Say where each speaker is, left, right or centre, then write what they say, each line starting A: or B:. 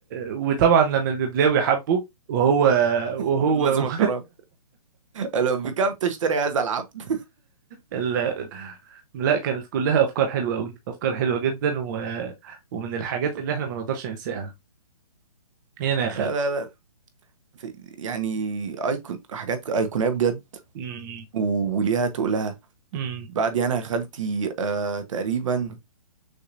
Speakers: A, on the right; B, on the right.
A: وطبعا لما الببلاوي حبه وهو وهو
B: لازم اقرا لو بكام تشتري هذا العبد
A: <laughs> ال... لا كانت كلها افكار حلوه قوي افكار حلوه جدا و... ومن الحاجات اللي احنا ما نقدرش ننساها هنا يا خالتي
B: لا لا لا في يعني ايكون حاجات ايقونيه بجد
A: امم
B: و- وليها تقولها
A: أمم.
B: بعد يانا يا خالتي آه تقريبا